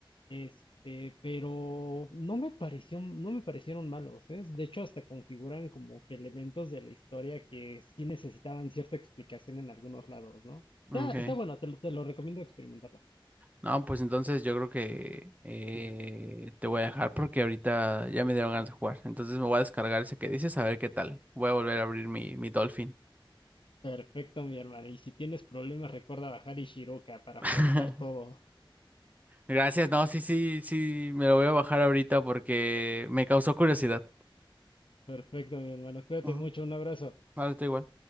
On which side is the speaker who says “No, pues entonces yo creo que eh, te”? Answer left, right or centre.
Right